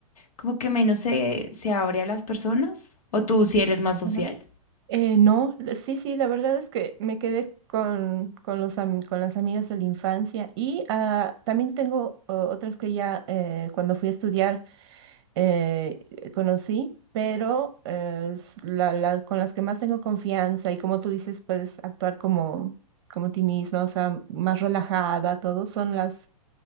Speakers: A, on the left; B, on the right.
A: como que menos se, se abre a las personas? ¿O tú si eres más social?
B: ajá. Eh, no, la- sí, sí, la verdad es que me quedé con, con, los, am- con las amigas de la infancia y ah, también tengo o- otras que ya eh, cuando fui a estudiar eh, eh, conocí, pero eh, s- la- la- con las que más tengo confianza y como tú dices, puedes actuar como, como ti misma, o sea, más relajada, todo, son las